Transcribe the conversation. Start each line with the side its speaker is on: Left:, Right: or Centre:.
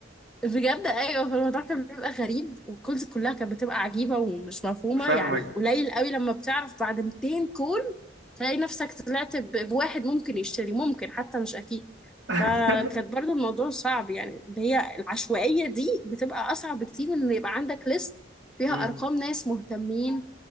Centre: بجد ايوه فالموضوع كان بيبقى غريب والكولز كلها كانت بتبقى عجيبه ومش مفهومه
Right: فاهمك
Centre: يعني قليل قوي لما بتعرف بعد 200 كول تلاقي نفسك طلعت ب- بواحد ممكن يشتري ممكن حتى مش اكيد
Right: <laughs>
Centre: فكانت برضو الموضوع صعب يعني اللي هي العشوائيه دي بتبقى اصعب بكتير من ان يبقى عندك ليست فيها
Right: مم،
Centre: ارقام ناس مهتمين